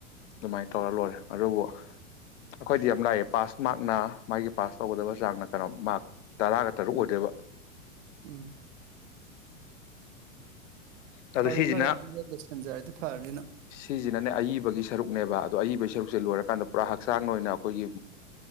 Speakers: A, on the left; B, on the right.
A: ꯑꯗꯨꯃꯥꯏꯅ ꯇꯧꯔ ꯂꯣꯏꯔꯦ ꯑꯗꯨꯕꯨ ꯑꯩꯈꯣꯏꯗꯤ ꯌꯥꯝ ꯂꯥꯛꯑꯦ ꯄꯥꯁ ꯃꯥꯔꯛꯅ ꯃꯥꯒꯤ ꯄꯥꯁ ꯇꯧꯒꯗꯕ ꯆꯥꯡꯅ ꯀꯩꯅꯣ ꯃꯥꯔꯛ ꯇꯔꯥꯒ ꯇꯔꯨꯛ ꯑꯣꯏꯗꯣꯏꯕ
B: ꯎꯝ
A: ꯑꯗꯣ
B: ꯐꯔꯦ
A: ꯁꯤꯁꯤꯅ
B: ꯐꯔꯦ ꯑꯗꯨꯝꯗ ꯂꯣꯏꯁꯤꯟꯖꯔꯗꯤ ꯐꯔꯅꯤꯅ
A: ꯁꯤꯁꯤꯅꯅꯦ ꯑꯏꯕꯒꯤ ꯁꯔꯨꯛꯅꯦꯕ ꯑꯗꯣ ꯑꯏꯕ ꯁꯔꯨꯛꯁꯦ ꯂꯣꯏꯔꯀꯥꯟꯗ ꯄꯨꯔꯥ ꯍꯛꯆꯥꯡ ꯑꯣꯏꯅ ꯑꯩꯈꯣꯏꯒꯤ